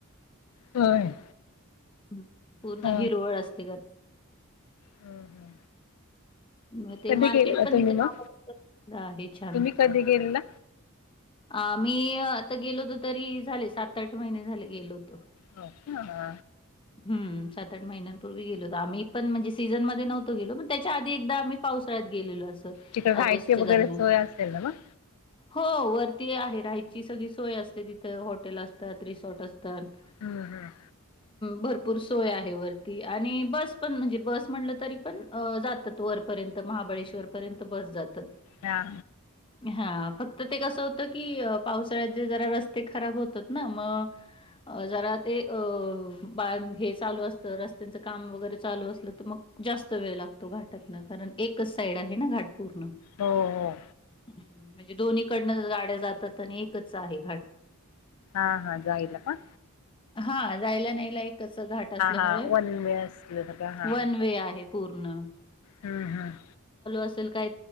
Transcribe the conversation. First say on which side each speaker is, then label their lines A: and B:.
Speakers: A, on the left (about 85°); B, on the left (about 25°).
A: होय
B: ह पूर्ण
A: ह
B: हिरवळ असते का
A: ह
B: मग ते
A: कधी
B: मार्केट
A: गेलेला
B: पण
A: तुम्ही
B: तिथे
A: मग
B: मा हे छान
A: तुम्ही कधी गेलेला?
B: आ मी आता गेलो होतो तरी झाले सात आठ महिने झाले गेलो होतो
A: हो का हा
B: हम्म सात आठ महिन्यांपूर्वी गेलो तर आम्हीणजे सीझनमध्ये नव्हतो गलोण त्याच्या आधी एकदा आम्ही पावसाळ्यात गेलेलो असं
A: तिकडे राहायची
B: ऑगस्टच्या
A: वगैरे
B: दरम्यान
A: सोय असेल ना मग?
B: हो वरती आहे राहायची सगळी सोय असते तिथे हॉटेल असतात रिसॉर्ट असतात
A: हम्म हम्म
B: भरपूर सोय आहे वरती आणि बस पण म्हणजे बस म्हटलं तरी पण जात वरपर्यंत महाबळेश्वर पर्यंत बस जातात
A: हा
B: हा फक्त ते कसं होत की पावसाळ्याचे जरा रस्ते खराब होतात ना मग अ जरा ते अ बा हे चालू असतं रस्त्यांचं काम वगैरे चालू असलं तर मग जास्त वेळ लागतो घाटातन कारण एकच साईड आहे ना घाट पूर्ण.
A: हो हो
B: हं. म्हणजे दोन्हीकडनं गाड्या जातात आणि एकच आहे घट
A: हा हा जाहिलापा
B: हा जायला नाहीला एक घाट असल्यामुळे
A: हा वन वे असल्यासारखं हा
B: वन वे आहे पूर्ण
A: हम्म हम्म
B: ती काय